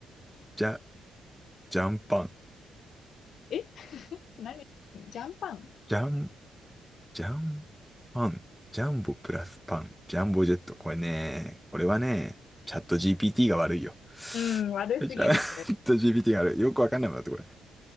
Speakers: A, in the centre; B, on the left.
A: じゃ、ジャンパン。
B: え <laughs> 何ジャンパンん
A: ジャン、ジャンパン。ジャンボプラスパン。ジャンボジェット。これね、これはね、チャット GPT が悪いよ。
B: うん、悪すぎる、
A: チャット
B: それ。
A: GPT が悪い。よくわかんないもんだって、これ。